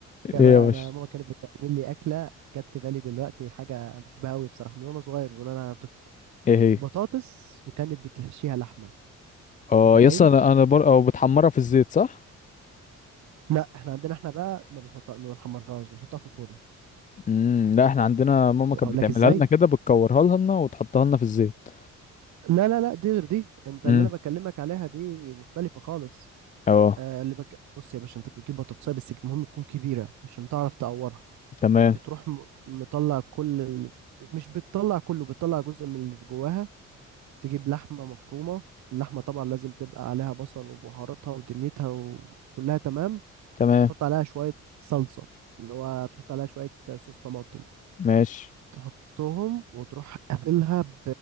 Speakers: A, on the right; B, on the left.
A: بقى
B: ايه يا باشا
A: أنا ماما كانت بتعمل لي أكلة جت في بالي دلوقتي حاجة بحبها أوي بصراحة من وأنا صغير من وأنا طفل
B: ايه هي
A: بطاطس وكانت بتحشيها لحمة
B: اه
A: متخيل؟
B: يس انا انا بر... او بتحمرها في الزيت صح
A: لا احنا عندنا احنا بقى ما بنحطها ما بنحمرهاش بنحطها في الفرن
B: امم لا احنا عندنا ماما
A: اقول
B: كانت بتعملها
A: لك ازاي
B: لنا كده بتكورها لنا وتحطها لنا في الزيت
A: لا لا لا دي غير دي انت
B: امم
A: اللي انا بكلمك عليها دي مختلفة خالص
B: اه
A: آه اللي بك... بص يا باشا انت بتجيب بطاطساية بس المهم تكون كبيرة عشان تعرف تقورها
B: تمام
A: وتروح م- مطلع كل ال... مش بتطلع كله بتطلع جزء من اللي جواها تجيب لحمة مفرومة اللحمة طبعا لازم تبقى عليها بصل وبهاراتها ودنيتها وكلها تمام
B: تمام
A: تحط عليها شوية صلصة اللي هو تحط عليها شوية صوص طماطم
B: ماشي
A: تحطهم وتروح قافلها ب...